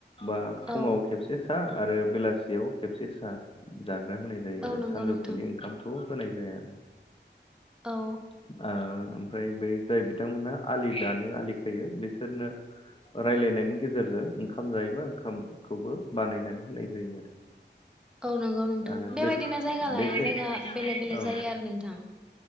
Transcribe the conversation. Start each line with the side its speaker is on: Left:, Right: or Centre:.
Left: बा फुङाव
Centre: औ
Left: खेबसे सा आरो बेलासियाव खेबसे सा जाग्रा होनाय जायो
Centre: औ
Left: आरो
Centre: नंगौ
Left: सानजौफुनि
Centre: नोंथां
Left: ओंखामखौ होनाय जाया।
Centre: औ।
Left: ओ ओमफ्राय बै जाय बिथांमोनहा आलि दानो आलि खोयो बिसोरनो रायलायनायनि गेजेरजों ओंखाम जायोबा ओंखामखौबो बानायनानै होनाय जायो आरो। <inaudible>
Centre: औ नंगौ नोंथां
Left: आरो
Centre: बेबायदिनो
Left: बे
Centre: जायगा
Left: बेसेन
Centre: लायै जायगा बेलेग बेलेग
Left: औ
Centre: जायो आरो नोंथां